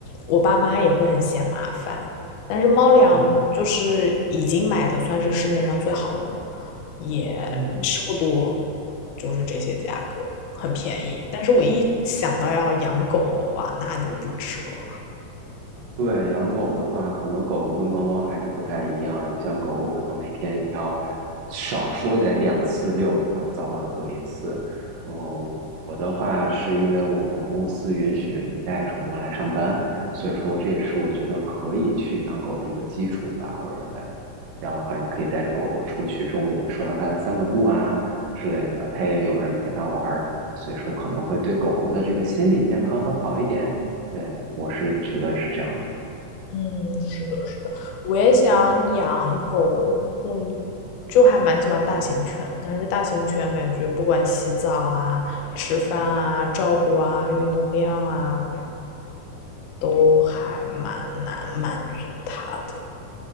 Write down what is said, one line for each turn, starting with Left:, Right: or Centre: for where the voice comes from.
Left: 我爸妈也会很嫌麻烦，但是猫粮就是已经买的算是市面上最好的了，
Right: 嗯
Left: 也吃不多，
Right: 嗯。
Left: 就是这些价格很便宜。但是我一想到要养狗的话，那就不值了。
Right: 对，养狗的话，可能狗狗跟猫猫还是不太一样。你像狗狗，可能每天你要少说得两次遛它，早晚各一次。嗯，我的话是因为我们公司允许你带宠物来上班，所以说这也是我觉得可以去养狗的一个基础吧。我认为这样的话，你可以带着狗狗出去，中午吃完饭散个步啊之类的，它也有人陪它玩儿，所以说可能会对狗狗的这个心理健康会好一点。对，我是觉得是这样的。
Left: 嗯，是的，是的，我也想养狗，我就还蛮喜欢大型犬，但是大型犬感觉不管洗澡啊、吃饭啊、照顾啊、运动量啊，都还蛮难满足它的。